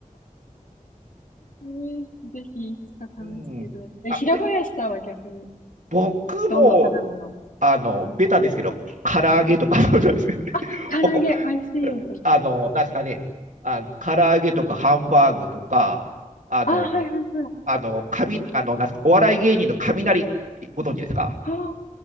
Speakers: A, on the left (about 85°); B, on the right (about 70°).
A: えーぜひいつか試していただきたい。
B: うん。あ、
A: え、平林さんは逆に、
B: で、僕も、
A: どんな食べ物
B: あの、ベタですけど、唐揚げとか、そうなんですよ <laughs>
A: あ、唐揚げ、
B: おこ、
A: 美味しいですね。
B: あの、なんですかね、あ、唐揚げとかハンバーグとか、あの、
A: あ、はいはいはい。
B: あの、かみ、あの、なんすか、お笑い芸人の雷、ご存知ですか
A: あー